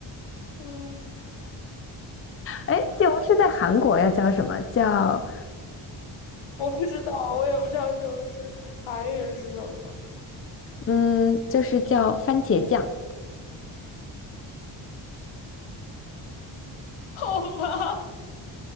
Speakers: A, on the left; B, on the left.
A: <laughs> 嗯，
B: 哎，西红柿在韩国要叫什么？叫
A: 我不知道，我也不知道西红柿韩语是什么。
B: 嗯，就是叫番茄酱。
A: <laughs> 好吧。